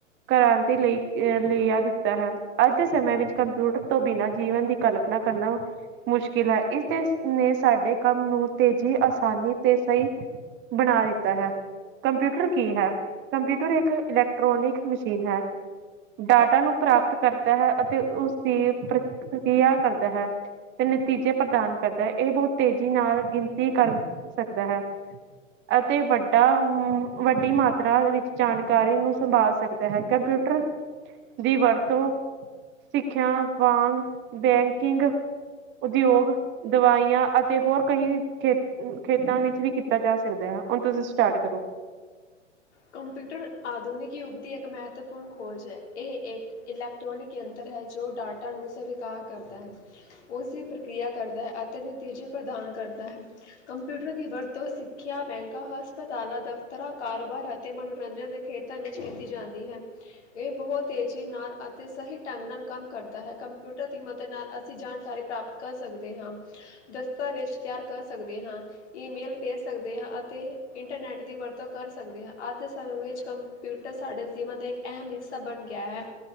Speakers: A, on the right; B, on the left.
A: ਕ੍ਰਾਂਤੀ ਲਈ ਲ ਆ ਦਿੱਤਾ ਹੈ ਅੱਜ ਦੇ ਸਮੇਂ ਵਿੱਚ ਕੰਪਿਊਟਰ ਤੋਂ ਬਿਨਾਂ ਜੀਵਨ ਦੀ ਕਲਪਨਾ ਕਰਨਾ ਮੁਸ਼ਕਿਲ ਹੈ। ਇਸਦੇ ਨੇ ਸਾਡੇ ਕੰਮ ਨੂੰ ਤੇਜ਼ੀ ਆਸਾਨੀ ਤੇ ਸਹੀ ਬਣਾ ਦਿੱਤਾ ਹੈ। ਕੰਪਿਊਟਰ ਕੀ ਹੈ? ਕੰਪਿਊਟਰ ਇੱਕ ਇਲੈਕਟ੍ਰੋਨਿਕ ਮਸ਼ੀਨ ਹੈ ਡਾਟਾ ਨੂੰ ਪ੍ਰਾਪਤ ਕਰਦਾ ਹੈ। ਅਤੇ ਉਸਦੀ ਪ੍ਰਕਕਿਰਿਆ ਕਰਦਾ ਹੈ ਤੇ ਨਤੀਜੇ ਪ੍ਰਦਾਨ ਕਰਦਾ ਹੈ ਇਹ ਬਹੁਤ ਤੇਜ਼ੀ ਨਾਲ ਗਿਣਤੀ ਕਰ ਹੈ ਅਤੇ ਵੱਡਾ ਵੱਡੀ ਮਾਤਰਾ ਵਿੱਚ ਜਾਣਕਾਰੀ ਨੂੰ ਸੰਭਾਲ ਸਕਦਾ ਹੈ। ਕੰਪਿਊਟਰ ਦੀ ਵਰਤੋਂ ਸਿੱਖਿਆ ਵਾਂਗ ਬੈਂਕਿੰਗ ਉਦਯੋਗ ਦਵਾਈਆਂ ਅਤੇ ਹੋਰ ਕਈ ਖੇ ਖੇਤਾਂ ਵਿੱਚ ਵੀ ਕੀਤਾ ਜਾ ਸਕਦਾ ਹੈ। ਹੁਣ ਤੁਸੀਂ ਸਟਾਰਟ ਕਰੋ।
B: ਕੰਪਿਊਟਰ ਆਧੁਨਿਕ ਯੁੱਗ ਦੀ ਇੱਕ ਮਹੱਤਵਪੂਰਨ ਖੋਜ ਹੈ ਇਹ ਇੱਕ ਇਲੈਕਟ੍ਰੋਨਿਕ ਯੰਤਰ ਹੈ ਜੋ ਡਾਟਾ ਨੂੰ ਸਵੀਕਾਰ ਕਰਦਾ ਹੈ। ਉਸ ਦੀ ਪ੍ਰਕਿਰਿਆ ਕਰਦਾ ਹੈ ਅਤੇ ਨਤੀਜੇ ਪ੍ਰਦਾਨ ਕਰਦਾ ਹੈ ਕੰਪਿਊਟਰ ਦੀ ਵਰਤੋਂ ਸਿੱਖਿਆ ਬੈਂਕਾਂ ਹਸਪਤਾਲਾਂ ਦਫ਼ਤਰਾਂ ਕਾਰੋਬਾਰ ਅਤੇ ਅਤੇ ਮਨੋਰੰਜਨ ਦੇ ਖੇਤਰਾਂ ਵਿੱਚ ਕੀਤੀ ਜਾਂਦੀ ਹੈ। ਇਹ ਬਹੁਤ ਤੇਜ਼ੀ ਨਾਲ ਅਤੇ ਸਹੀ ਢੰਗ ਨਾਲ ਕੰਮ ਕਰਦਾ ਹੈ। ਕੰਪਿਊਟਰ ਦੀ ਮਦਦ ਨਾਲ ਅਸੀਂ ਜਾਣਕਾਰੀ ਪ੍ਰਾਪਤ ਕਰ ਸਕਦੇ ਹਾਂ। ਦਸਤਾਵੇਜ਼ ਤਿਆਰ ਕਰ ਸਕਦੇ ਹਾਂ, ਈਮੇਲ ਭੇਜ ਸਕਦੇ ਹਾਂ ਅਤੇ ਇੰਟਰਨੈੱਟ ਦੀ ਵਰਤੋਂ ਕਰ ਸਕਦੇ ਹਾਂ। ਅੱਜ ਦੇ ਸਮੇਂ ਵਿੱਚ ਕੰਪਿਊਟਰ ਸਾਡੇ ਜੀਵਨ ਦਾ ਇੱਕ ਅਹਿਮ ਹਿੱਸਾ ਬਣ ਗਿਆ ਹੈ।